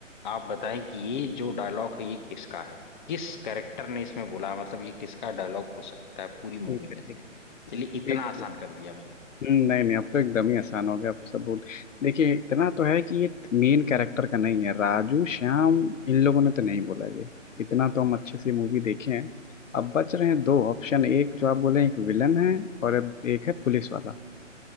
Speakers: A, on the left; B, on the left.
A: आप बताएं कि ये जो डायलॉग है ये किसका है किस करेक्टर ने इसमें बोला है? मतलब ये किसका डायलॉग हो सकता है पूरी मूवी
B: ठीक है
A: में से
B: ठीक है
A: चलिए इतना
B: देखिए
A: आसान कर दिया मैंने
B: हम्म, नहीं नहीं अब तो एकदम ही आसान हो गया अब सबूत देखिए इतना तो है कि ये मेन कैरेक्टर का नहीं है राजू श्याम इन लोगों ने तो नहीं बोला ये इतना तो हम अच्छे से मूवी देखे हैं अब बच रहे हैं दो ऑप्शन एक जो आप बोले एक विलन है और अब एक है पुलिस वाला